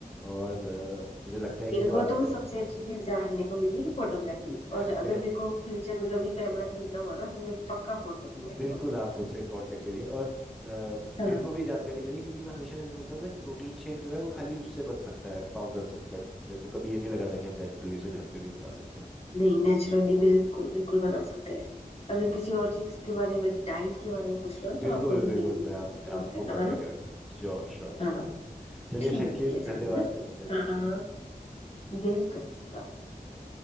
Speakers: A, in the centre; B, on the left (about 40°).
A: और अ, मुझे लगता है कि जो
B: को
A: आपने
B: तो सबसे अच्छी चीज जानने को मिली फोटोग्राफी
A: <laughs>
B: और अगर मेरे को फ्यूचर में कभी कैमरा खरीदना हुआ ना तो मैं पक्का फोन करूंगी
A: बिल्कुल
B: आपको <laughs>
A: आप मुझसे कांटेक्ट करिए और अ,
B: हाँ
A: मेरे को भी जानकारी मिली क्योंकि मैं हमेशा ये सोचता था कि प्रोटीन शेक जो है वो खाली उससे बन सकता है पाउडर से बट मेरे को कभी ये नहीं लगा था कि हम नेचुरली उसे घर पे भी बना सकते हैं
B: नहीं नेचुरली बिल्कुल बिल्कुल बना सकते हैं
A: चलिए
B: अगर किसी और चीज के बारे में डाइट के बारे में पूछना हो
A: बिल्कुल
B: तो आप कभी
A: बिल्कुल
B: भी
A: मैं आप,
B: फोन
A: आपको
B: करना
A: कांटेक्ट
B: है ना
A: करूंगा श्योर श्योर श्योर
B: हाँ
A: चलिए
B: ठीक
A: थैंक यू
B: है चलो
A: धन्यवाद
B: है ना
A: फिर मिलते
B: हाँ
A: हैं
B: बिल्कुल
A: Bye.